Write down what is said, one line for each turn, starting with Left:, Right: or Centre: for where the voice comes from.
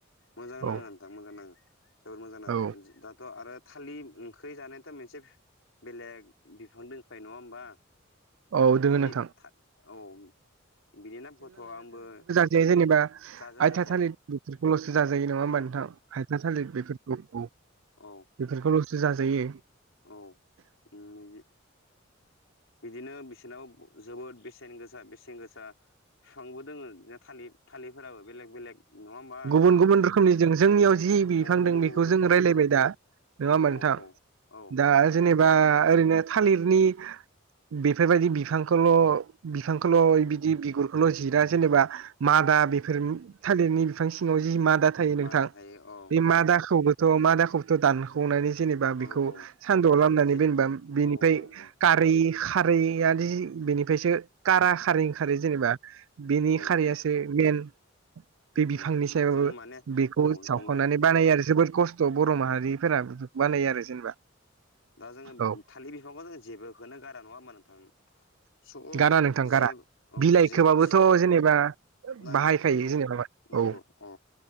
Left: मोजां
Right: औ
Left: नाङो नोंथां मोजां नाङो जोबोर मोजां नाङो
Right: औ
Left: दाथ' आरो थालिर उम ख्रि जानोथ' मोनसे बेलेग बिफां दंखायो नङा होमबा
Right: औ दोङो
Left: थालिर
Right: नोंथां
Left: था औ बिनि नामखौथ' आंबो
Right: जे जेनेबा
Left: जाजायो
Right: आथिया
Left: जाजायो
Right: थालिर बेफोरखौल'सो जाजायो नङा होमबा
Left: जा
Right: नोंथां हायथा थालिर बे औ औ
Left: औ
Right: बेफोरखौल'सो जाजायो
Left: औ उम बिदि बिदिनो बिसोरनाव जोबोद बेसेन गोसा बेसेन गोसा बिफांबो दोङो थालिर थालिरफोराबो बेलेग बेलेग नङा होमबा
Right: गुबुन
Left: नोंथां
Right: गुबुन रोखोमनि जों जोंनियाव जि बिफां
Left: औ गुबुन
Right: दों
Left: गुबुन
Right: बेखौ
Left: रोखोमनि
Right: जों रायज्लायबाय
Left: दङ औ
Right: दा नङा होमबा
Left: औ
Right: नोंथां
Left: औ औ
Right: दा जेनेबा ओरैनो थालिरनि बेफोरबायदि बिफांखौल' बिफांखौल' बिदि बिगुरखौल' जिरा जेनेबा मादा
Left: औ
Right: बेफोर थालिरनि बिफां सिङाव जि मादा थायो
Left: मादा
Right: नोंथां
Left: थायो औ
Right: बे
Left: औ
Right: मादाखौबो थ' मा दाखौथ' दानख'नानै जेनेबा
Left: औ
Right: बेखौ
Left: औ
Right: सानदुंआव लामनानै
Left: जे
Right: बेेनबा बेनिफ्राय
Left: औ औ औ
Right: खारै खारैआजि बेनिफ्रायसो कारा खारै
Left: औ
Right: ओंखारो जेनेबा बेनि
Left: औ
Right: खारैयासो मेन बे बिफांनि
Left: औ
Right: सायावबाबो
Left: जोङो माने
Right: बेखौ
Left: औ
Right: जावखांनानै
Left: नंगौ नंगौ
Right: बानायो आरो जोबोर खस्थ' बर' माहारि फोरा
Left: औ
Right: बानायो आरो जेनेबा
Left: दा जोङो
Right: औ
Left: थालिर बिफांखौ जों जेबोखौनो गारा नङा होमा नोंथां स
Right: गारा नोंथां गारा
Left: जेब औ
Right: बिलाइ
Left: जेब
Right: खोबाबोथ'
Left: स
Right: जेनेबा
Left: नांगौ
Right: बाहायखायो
Left: नांगौ
Right: जेनेबा
Left: नांगौ
Right: औ
Left: अ